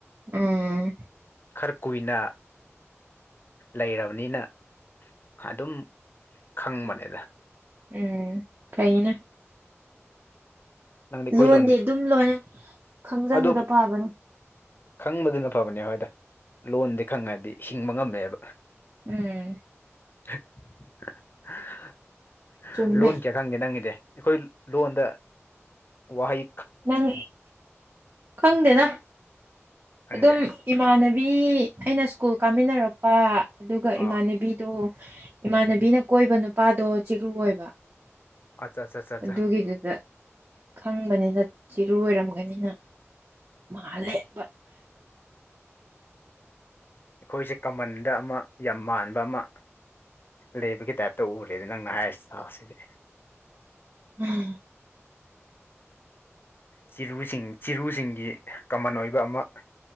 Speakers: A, on the right; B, on the left.
A: ꯎꯝ
B: ꯈꯔꯛ ꯀꯨꯏꯅ ꯂꯩꯔꯕꯅꯤꯅ ꯑꯗꯨꯝ ꯈꯪꯕꯅꯤꯗ
A: ꯎꯝ ꯀꯩꯩꯅ
B: ꯅꯪꯗꯤ ꯑꯩꯈꯣꯏ
A: ꯂꯣꯟꯗꯤ
B: ꯂꯣꯟ
A: ꯑꯗꯨꯝ ꯂꯣꯏꯅ ꯈꯪꯖꯤꯟꯕꯗ
B: ꯑꯗꯨ
A: ꯄꯥꯕꯅꯦ
B: ꯈꯪꯕꯗꯨꯅ ꯐꯕꯅꯦ ꯍꯣꯏꯗ ꯂꯣꯟꯗꯤ ꯈꯪꯉꯗꯤ ꯍꯤꯡꯕ ꯉꯝꯃꯦꯕ
A: ꯎꯝ
B: <inaudible>
A: ꯆꯨꯝꯃꯦ
B: ꯂꯣꯟ ꯀꯦ ꯈꯪꯒꯦ ꯅꯪꯒꯤꯗꯤ ꯑꯩꯈꯣꯏ ꯂꯣꯟꯗ ꯋꯥꯍ ꯏ
A: ꯅꯪ ꯈꯪꯗꯦꯅ
B: ꯈꯪꯗꯦ
A: ꯑꯗꯨꯝ ꯏꯃꯥꯟꯅꯕꯤ ꯕꯤ ꯑꯩꯅ ꯁ꯭ꯀꯨꯜ ꯀꯥꯃꯤꯟꯅꯔꯛꯄ ꯑꯗꯨꯒ ꯏꯃꯥꯟꯅꯕꯤꯗꯣ
B: ꯑꯥ
A: ꯏꯃꯥꯟꯅꯕꯤꯅ ꯀꯣꯏꯕ ꯅꯨꯄꯥꯗꯣ ꯆꯤꯔꯨ ꯑꯣꯏꯕ
B: ꯑꯆꯥ ꯆꯥꯆꯥꯆꯥ
A: ꯑꯗꯨꯒꯤꯗꯨꯗ ꯈꯪꯕꯅꯤꯅ ꯆꯤꯔꯨ ꯑꯣꯏꯔꯝꯒꯅꯤꯅ ꯃꯥꯜꯂꯦꯕ
B: ꯑꯩꯈꯣꯏꯁꯦ ꯀꯃꯟꯅ ꯗ ꯑꯃ ꯌꯥꯝ ꯃꯥꯟꯕ ꯑꯃ ꯂꯩꯕꯒꯤ ꯇꯥꯏꯞꯇ ꯎꯔꯦ ꯑꯗꯨ ꯅꯪꯅ ꯍꯥꯏꯔꯤꯁꯤ ꯑꯁꯤꯗꯤ
A: ꯎꯝ
B: ꯆꯤꯔꯨꯁꯤꯡ ꯆꯤꯔꯨꯁꯤꯡꯒꯤ ꯀꯃꯟ ꯑꯣꯏꯕ ꯑꯃ